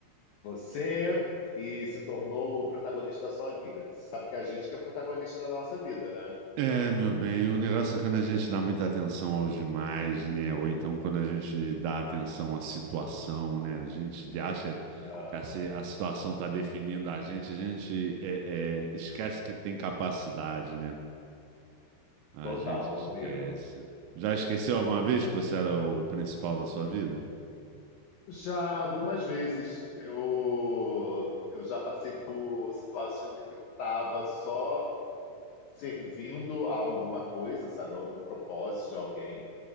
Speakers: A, on the left; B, on the right.
A: você e se tornou o protagonista da sua vida. Você sabe que é a gente que é protagonista da nossa vida, né?
B: É, meu bem, o negócio é quando a gente dá muita atenção aos demais, né? Ou então quando a gente dá atenção à situação, né? A gente de- acha
A: Ah,
B: que a si- a situação tá definindo a gente, a gente é, é, esquece que tem capacidade, né? A
A: total,
B: gente esquece.
A: amigo.
B: Já esqueceu alguma vez que você era o principal da sua vida?
A: Já algumas vezes eu, eu já passei por situações em que eu estava só servindo a alguma coisa, sabe? Algum propósito de alguém,